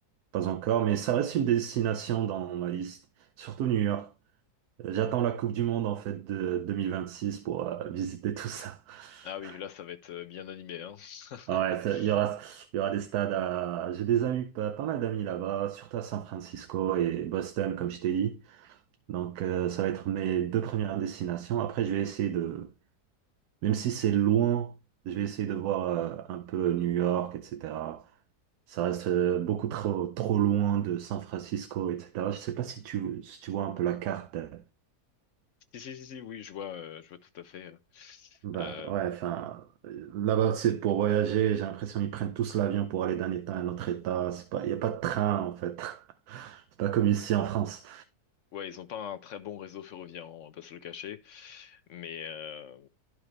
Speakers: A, on the right; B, on the left.
A: pas encore, mais ça reste une destination dans ma liste, surtout New York. J'attends la Coupe du Monde, en fait, de 2026 pour euh, visiter tout ça.
B: Ah
A: <laughs>
B: oui, là, ça va être euh, bien animé, hein. <laughs>
A: Ouais, ça- il y aura, il y aura des stades à, j'ai des amis, pas, pas mal d'amis là-bas, surtout à San Francisco et Boston, comme je t'ai dit. Donc, euh, ça va être mes deux premières destinations. Après, je vais essayer de, même si c'est loin, je vais essayer de voir euh, un peu New York, etc. Ça reste euh, beaucoup trop, trop loin de San Francisco, etc. Je sais pas si tu, si tu vois un peu la carte. euh,
B: Si, si, si, si, oui, je vois, euh, je vois tout à fait. Euh,
A: Bah
B: Euh,
A: ouais, enfin, euh, là-bas, c'est pour voyager. J'ai l'impression qu'ils prennent tous l'avion pour aller d'un état à un autre état. C'est pas, il n'y a pas de train, en fait. <laughs> C'est pas comme ici en France.
B: ouais, ils ont pas un très bon réseau ferroviaire, hein, on va pas se le cacher. Mais, euh,